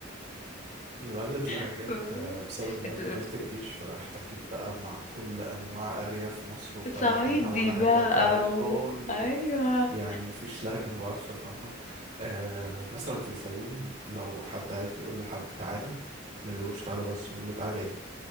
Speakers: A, on the right (about 40°); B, on the left (about 35°).
A: <laughs> انا بقلد لهجات
B: <laughs>
A: آه، بسبب ان
B: انت
A: انا دخلت الجيش فاحتكيت بقى مع كل انواع ارياف مصر وفلاحينها
B: صعيدي
A: ولهجاتها
B: بقى و...
A: كله
B: ايوه
A: يعني مفيش لهجة ما بعرفش افهمها آه مثلا في الفيوم لو حد عايز يقول لحد تعالى ما بيقولوش تعالى بس بيقول له تعالى جاي